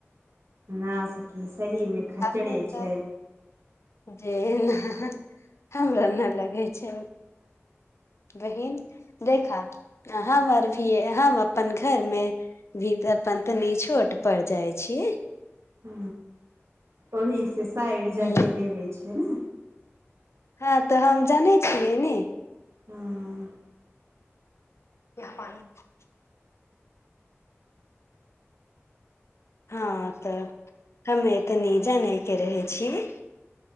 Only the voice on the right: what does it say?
न सखी सही मे खच्चरे
छै
ह ओहि से साइड जादे
लेबे छै ने
हँ